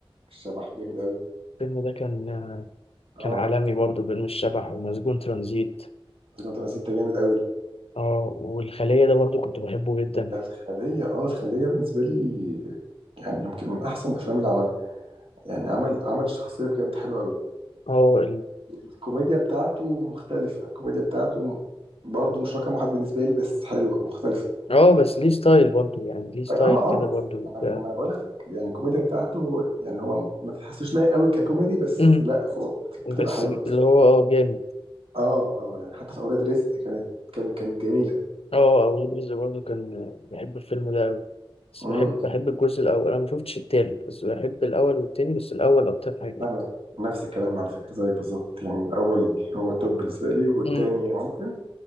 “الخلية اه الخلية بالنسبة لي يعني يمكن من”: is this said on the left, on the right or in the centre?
Right